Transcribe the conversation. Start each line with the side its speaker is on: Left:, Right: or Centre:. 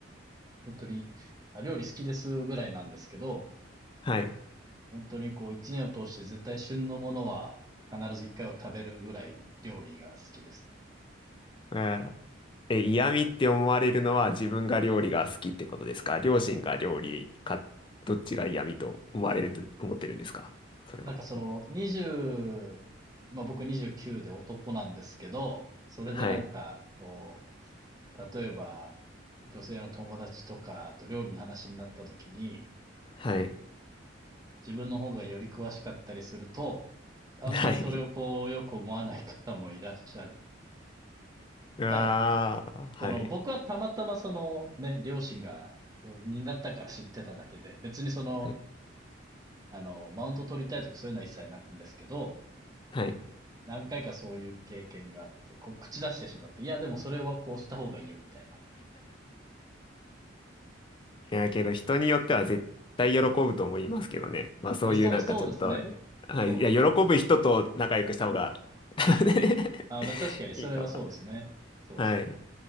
Right: 本当に、あ、料理好きですぐらいなんですけど、
Left: はい。
Right: 本当にこう1年を通して絶対旬のものは必ず1回は食べるぐらい料理が好きですね。
Left: えーえ、嫌味って思われるのは自分が料理が好きってことですか両親が料理か、どっちが嫌味と思われると思ってるんですかそれは。
Right: なんかそのにじゅう、20ま、僕29で男なんですけど、それでなんか、
Left: はい。
Right: こう、例えば、女性の友達とかと料理の話になった時に、
Left: はい。
Right: 自分の方がより詳しかったりすると、あんまりそれをこうよく思わない方もいらっしゃる。
Left: はい。うわー、
Right: ただ
Left: はい。
Right: その、僕はたまたまその、ね、両親が料理人だったから知ってただけで、別にその、
Left: はい。
Right: あの、マウント取りたいとかそういうのは一切ないんですけど、
Left: はい。
Right: 何回かそういう経験があって、こう、口出してしまって、いや、でもそれはこうした方がいいよ、みたいな。
Left: いや、けど人によっては絶対喜ぶと思いますけどね。まあそういうなんかちょっと、
Right: あそう、そうですね。
Left: はい。
Right: そうですね。
Left: いや、喜ぶ人と仲良くした方が <laughs>
Right: あ、まあ、確かにそれはそうですね。
Left: いいとは。
Right: そうです。
Left: はい。う